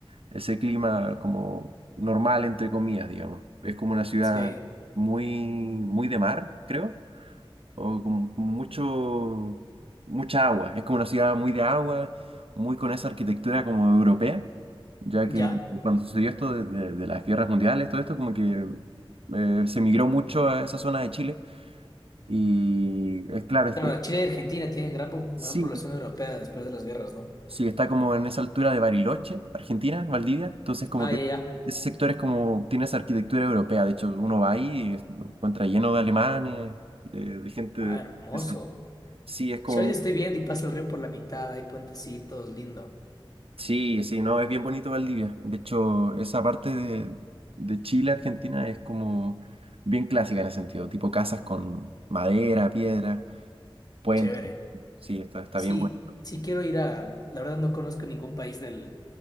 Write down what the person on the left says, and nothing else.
Sí,
ya.
Claro,
Chile y Argentina tienen gran, po-
gran población europea después de las guerras, ¿no?
Ah,
ya, ya.
Ah,
hermoso.
Si ahorita estoy viendo y pasa el río por la mitad, hay puentecitos, lindo.
Chévere.
Sí,
sí quiero ir a, la verdad no conozco ningún país del,